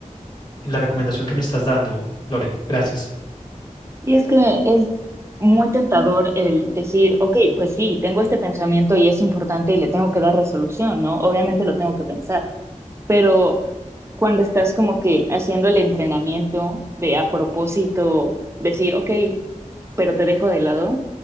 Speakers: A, on the left; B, on the right.
A: la recomendación que me estás dando, Lore. Gracias.
B: Y es que es muy tentador el decir, ok, pues sí, tengo este pensamiento y es importante y le tengo que dar resolución, ¿no? Obviamente lo tengo que pensar, pero cuando estás como que haciendo el entrenamiento de a propósito decir, ok, pero te dejo de lado,